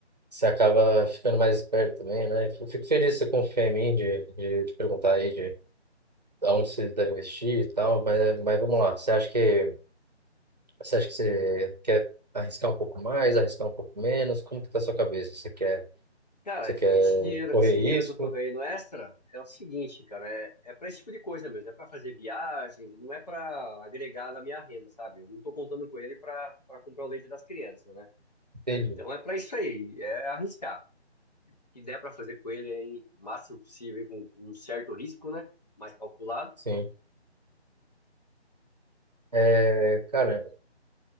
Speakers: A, on the right (about 40°); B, on the left (about 35°).
A: você acaba ficando mais esperto também, né? Eu fico feliz que você confia em mim de, de, de perguntar aí, aonde você deve investir e tal, mas, mas vamos lá. Você acha que você acha que você quer arriscar um pouco mais, arriscar um pouco menos? Como que tá a sua cabeça? Você quer
B: Cara,
A: você quer
B: esse dinheiro,
A: correr
B: esse
A: risco?
B: dinheiro que eu tô ganhando extra é o seguinte, cara, é, é para esse tipo de coisa mesmo, é para fazer viagens, não é para agregar na minha renda, sabe? Eu não tô contando com ele para para comprar o leite das crianças, né?
A: Entendi.
B: Então é para isso aí, é arriscar. que der para fazer com ele aí, o máximo possível, com um certo risco, né? Mais calculado.
A: Sim. É, cara,